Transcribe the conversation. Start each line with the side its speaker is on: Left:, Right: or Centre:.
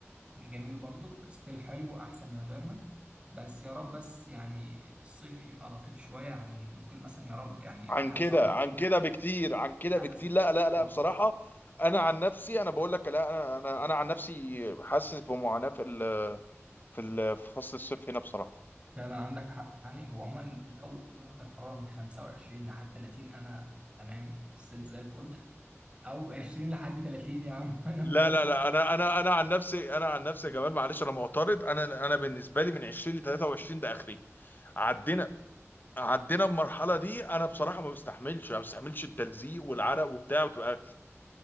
Right: جميل برضك ستيل حلو احسن من غيرنا بس يا رب بس يعني الصيف يبقى لطيف شوية يعني ممكن مثلا يا رب يعني يبقى
Left: عن
Right: اه 25
Left: كده عن كده بكتير عن كده
Right: يعني
Left: بكتير
Right: مثلا
Left: لا لا لا
Right: اه
Left: بصراحة انا عن نفسي انا بقول لك لا انا انا انا عن نفسي حاسس بمعاناة في ال في ال- في فصل الصيف هنا بصراحة
Right: فعلا عندك حق يعني هو عموما لو درجة الحرارة من 25 لحد 30 انا تمام ستيل زي الفل او 20 لحد 30 يا عم <laughs> انا
Left: لا
Right: موافق
Left: لا لا انا انا انا عن نفسي انا عن نفسي يا جمال معلش انا معترض انا انا بالنسبه لي من 20 ل 23 ده اخري عدينا عدينا المرحله دي انا بصراحه ما بستحملش ما بستحملش التلزيق والعرق وبتاع وتبقى